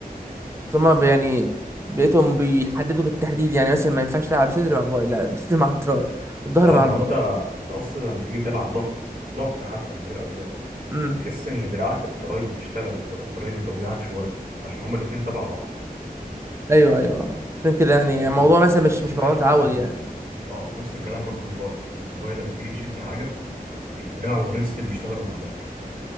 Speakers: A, on the right; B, on the right.
A: ثم يعني بقيتهم بيحددوا بالتحديد يعني مثلا ما ينفعش تلعب صدر مع باي لا صدر مع التراي والظهر
B: اه
A: مع
B: ما
A: الباي
B: هو انت انت اصلا لما تيجي تلعب ضغط ضغط حتى من غير اوزان
A: امم
B: هتحس ان دراعك التراي بتشتغل الدر- التراي بتوجعك شويه عشان هما الاتنين تبع بعض
A: ايوه ايوه عشان كده يعني
B: لكن
A: الموضوع مثلا مش
B: نفس
A: مش
B: الكلام
A: موضوع تعود
B: برضو الباي
A: يعني
B: اه نفس الكلام برضو الباي انت الباي لما تيجي تشد حاجه الدراع والريست بيشتغلوا مع الظهر